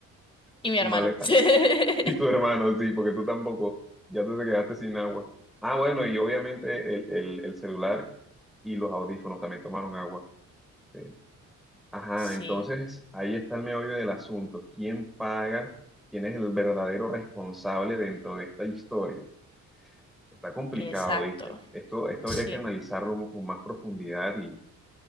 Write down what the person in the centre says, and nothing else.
su
maleta.
Y tu hermano, sí, porque tú tampoco, ya tú te quedaste sin agua. Ah, bueno, y obviamente el, el- el celular y los audífonos también tomaron agua. Sí. Ajá,
entonces ahí está el meollo del asunto. ¿Quién paga? ¿Quién es el verdadero responsable dentro de esta historia? Está complicado,
¿viste? Esto, esto
habría que analizarlo con más profundidad y,